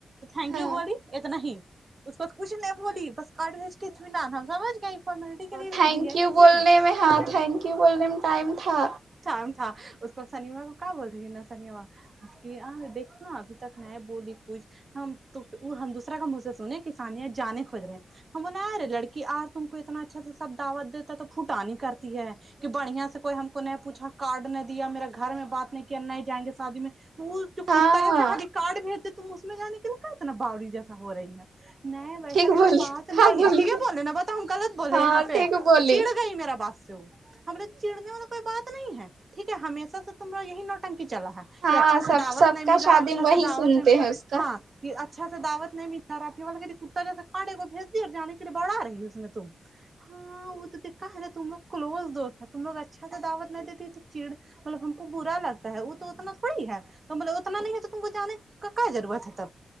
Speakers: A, on the right; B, on the right.
A: تھینک
B: ہاں
A: یو بولی اتنا ہی اس کو کچھ نہیں بولی بس کاڈ بھیج کے امیینان ہم سمجھ گئے فارمیلٹی کے لیے بھیجی
B: تھینک
A: ہے
B: یو
A: ٹھیک
B: بولنے
A: ہے
B: میں ہاں تھینک یو بولنے میں ٹائم تھا
A: ٹائم تھا اس کو سنیما کو کیا بول رہی ہے نا سنیما کہ آ دیکھناا ابھی تک نہیں بولی کچھ ہم تو ہم دوسرا کا منہ سے سنے سانیہ جانے کھج رہے ہیں ہم ارے لڑکی آر تم کو اتنا اچھا سے سب دعوت دیتا تو فھوٹاانی کرتی ہے کہ بڑھیا سے کوئی ہم کو نہیں پوچھا کارڈ نہیں دیا میرا گھر میں بات نہیں کیا نہیں ہی جائیں گے شادی میں تو جو
B: ہاں
A: کتا جیسا خالی کاٹ بھیج د تم اس میں جا نکل کا اتنا باوری جیسا ہو رہی ہے نہیں ویسا
B: ٹھیک
A: کوئی
B: بولی
A: بات نہیں
B: ہاں بولی
A: ہے ٹھیک ہے بولے نا بتا ہم غلط بولے
B: ہاں
A: یہاں پہ
B: ٹھیک بولی
A: تو چڑ گئی میرا بات سے وہ ہمے چڑنے والا کوئی بات نہیں ہے ٹھیک ہے ہمیشہ سے یہی نوٹنکی چلا ہے
B: ہاں
A: کہ اچھا سے
B: سب
A: دعوت
B: سب
A: نہیں
B: کا
A: ملا
B: شادی
A: اچھا
B: میں وہی
A: سے دعوت
B: سنتے
A: نہیں
B: ہیں اس کا
A: ہاں کہ اچھا سے دعوت نہیں مل رہا پ کتا جیسے کانڈے کو بھیج دییا اور جانے لیے بڑھا رہی ہے اس میں تم ہاں وہ تو دکھھا ہے نا تم لوگ کلوز دوست ہے تم لوگ اچھا سا دعوت نہ دیتی چڑ مطلب ہم کو برا لگتا ہے وہ تو اتنا تھوڑی ہے تو بول اتنا نہیں ہے تو تم کو جاننے کا کا ضورت